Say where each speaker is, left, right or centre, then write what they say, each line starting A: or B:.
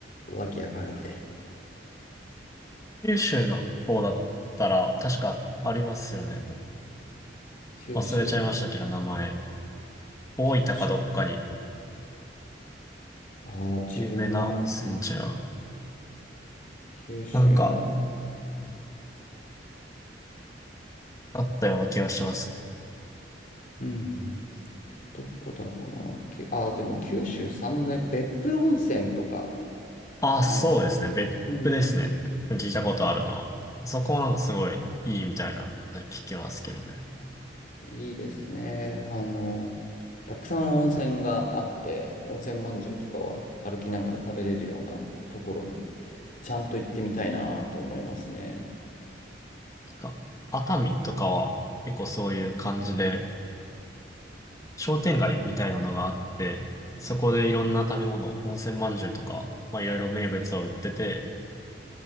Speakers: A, on the left; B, on the left.
A: 湧き上がるんで。
B: 九州の方だったら確かありますよね。
A: 九州、
B: 忘れちゃいましたけど、名前。大分かどっかに
A: 九州。ああ、自分も
B: 有名な温泉地が、
A: 九州の、
B: なんん。か
A: う
B: あったような気がします。
A: んうん。どこだろうな。き、ああ、でも九州三大、別府温泉とか
B: あ、
A: かな。
B: そうですね。別府ですね。
A: うん
B: 聞いたことあるのは。そこはなんかすごいいいみたいな、聞きますけどね。な
A: いいですね。あの、たくさん温泉があって、温泉まんじゅうとかは歩きながら食べれるようなところに、ちゃんと行ってみたいなって思いますね。
B: んか熱海とかは結構そういう感じで、商店街みたいなのがあって、そこでいろんな食べ物、
A: うん、
B: 温泉まんじゅうとか、まあいろいろ名物を売ってて、